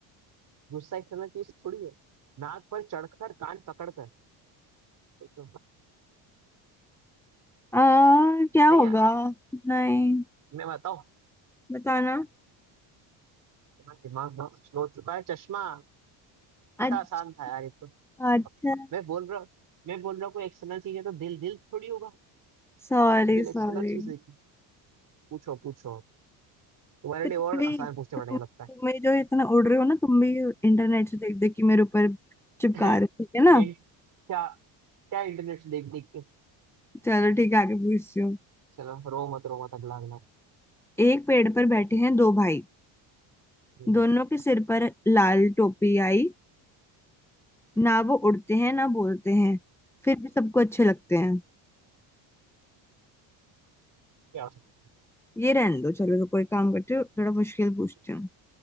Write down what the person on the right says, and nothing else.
गुस्सा एक्सटर्नल चीज थोड़ी है नाक पर चढ़कर कान पकड़कर सोचो
नहीं
यार
मैं बताओ
मेरा दिमाग बहुत स्लो हो चुका है चश्मा
इतना आसान था यार ये तो
मैं बोल रहा हूँ मैं बोल रहा हूँ कोई एक्सटर्नल चीज है तो दिल दिल थोड़ी होगा
दिल एक्सटर्नल
चीज देखी पूछो पूछो तुम्हारे
लिए
और
आसान पूछने
पड़ेंगे
लगता है
<laughs>
इन, क्या क्या इंटरनेट से देख देख के
चलो रो मत रो मत अगला अगला
हम्म,
क्या हो सकता
है